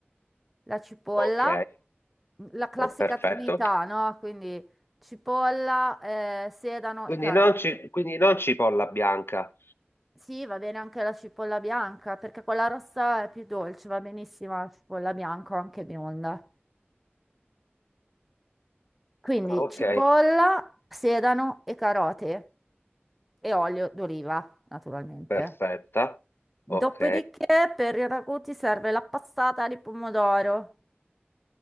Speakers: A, in the centre; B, on the left (about 65°).
A: la cipolla,
B: Ok,
A: la classica
B: oh, perfetto.
A: trinità, no? Quindi cipolla, eh, sedano
B: Quindi
A: e carote.
B: non, ci- quindi non cipolla bianca.
A: Sì, va bene anche la cipolla bianca, perché quella rossa è più dolce, va benissimo la cipolla bianca o anche bionda. Quindi
B: Ah, ok,
A: cipolla, sedano e carote e olio d'oliva, naturalmente.
B: perfetta.
A: Dopodiché
B: Ok,
A: per i ragù ti serve la passata di pomodoro,